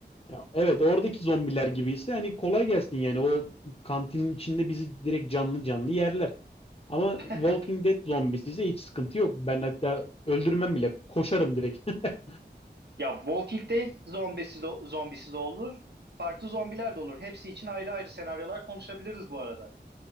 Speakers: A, on the left; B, on the right.
A: Ya evet oradaki zombiler gibiyse hani kolay gelsin yani o kantinin içinde bizi direkt canlı canlı yerler. Ama
B: <laughs>
A: Walking Dead zombisi ise hiç sıkıntı yok. Ben hatta öldürmem bile. Koşarım direkt. <laughs>
B: Ya Walking Dead zombisi de, zombisi de olur. Farklı zombiler de olur. Hepsi için ayrı ayrı senaryolar konuşabiliriz bu arada.